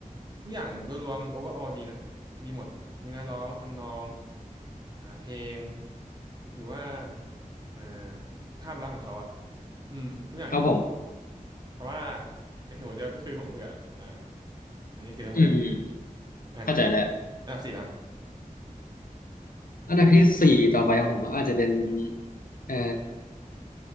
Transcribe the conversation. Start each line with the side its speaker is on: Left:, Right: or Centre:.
Right: ทุกอย่างโดยรวมโอเวอร์ออลดีนะดีหมดเนื้อร้องทำนองอ่าเพลงหรือว่าอ่าภาพลักษณ์ของเขาอ่ะอืมทุกอย่างดีหมด
Left: ครับผม
Right: แต่ว่าเหตุผลเดียวก็คือผมเบื่ออ่าอันนี้คือทั้งหมดเลย
Left: อืมอืมอืม
Right: อ่ะ
Left: เข้าใจแล้ว
Right: อันดับสี่แล้วครับ
Left: อันดับที่สี่ต่อไปของผมอาจจะเป็นเอ่